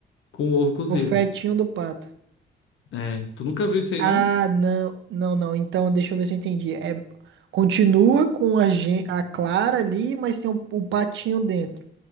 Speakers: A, on the left; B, on the right.
A: com o ovo cozido.
B: o fetinho do pato.
A: É, tu nunca viu isso aí,
B: Ah,
A: não?
B: não, não, não. Então, deixa eu ver se eu entendi. É, continua com a, gen- a clara ali, mas tem o, o patinho dentro.